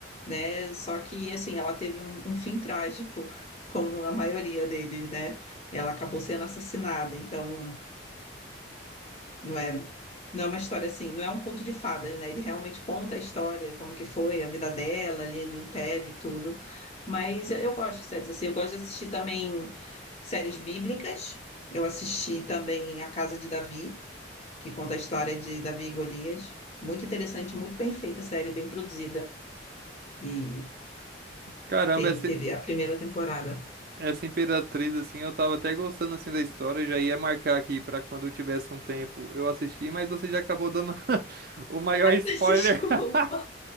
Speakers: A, on the left (about 35°); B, on the right (about 50°).
A: né? Só que, assim, ela teve um, um fim trágico, como a maioria deles, né? Ela acabou sendo assassinada, então não é, não é uma história assim, não é um conto de fadas, né? Ele realmente conta a história, como que foi a vida dela ali no Império e tudo. Mas eu, eu gosto de séries assim, eu gosto de assistir também séries bíblicas. Eu assisti também A Casa de Davi, que conta a história de Davi e Golias. Muito interessante, muito bem feita a série, bem produzida. E
B: Caramba,
A: tem,
B: essa,
A: teve a primeira temporada.
B: Essa Imperatriz, assim, eu tava até gostando, assim, da história, eu já ia marcar aqui pra quando eu tivesse um tempo eu assistir, mas você já acabou dando <laughs> o maior
A: <laughs>
B: spoiler.
A: Desculpa.
B: <laughs>